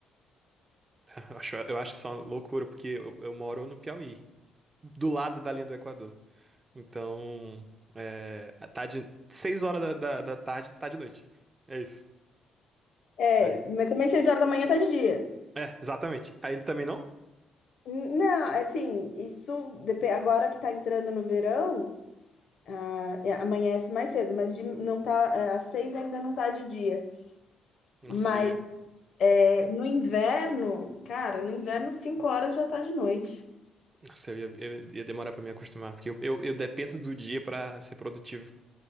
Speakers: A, on the right; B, on the left.
A: <laughs> eu acho, eu acho isso uma loucura, porque eu, eu moro no Piauí, do lado da linha do Equador. Então, é, tá de seis horas da, da, da tarde, tá de noite. É isso.
B: É,
A: Aí.
B: mas também 6 horas da manhã tá de dia.
A: É, exatamente. Ainda também não?
B: N- Não, assim, isso depe- agora que tá entrando no verão, ah, é, amanhece mais cedo, mas de- não tá, é, às 6 ainda não tá de dia.
A: Nossa,
B: Mas
A: eu ia,
B: é, no inverno, cara, no inverno 5 horas já tá de noite.
A: nossa, eu ia, eu ia demorar pra me acostumar, porque eu, eu, eu dependo do dia pra ser produtivo.